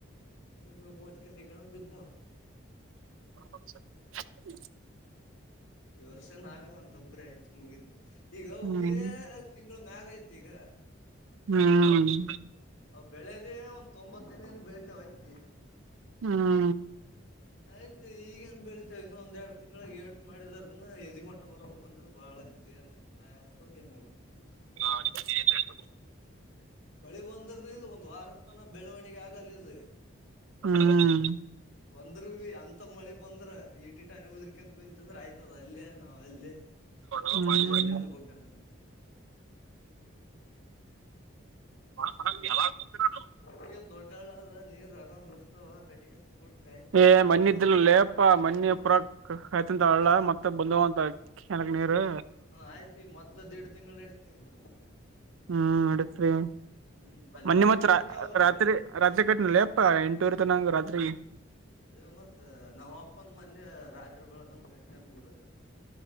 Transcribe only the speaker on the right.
ಹ <unintelligible>
ಹ್ಮ್
ಹ್ಮ್,
ಹ್ಮ್,
ಹು <unintelligible>
ಹ್ಮ್,
ಹ್ಮ್
ಮ ಮನು ಎಲ್ಲ ಕೊತಡ <inaudible>
ಏಯ್
ಮೊನ್ನೆದ್ದಿಲಲ್ಲೇ
ಯಪ್ಪಾ ಪ್ಪಾ ಮನಿ ಪುರ ಕಯ್ತಂತ ಅಳ್ಳ ಮತ್ತ ಬಂದ ವಂತ ಕ್ಯಾನಲಕ್ ನೀರು.
ಹ್ಮ್, ನಡತ್ರಿ
ಮೊನ್ನೆ
ಮತ್
ರಾ ರಾತ್ರಿ ರಾತ್ರಿ ಕಟ್ನೆಲೆ ಯಪ್ಪಾ ಎಂಟೂವರಿ ತನ ರಾತ್ರಿ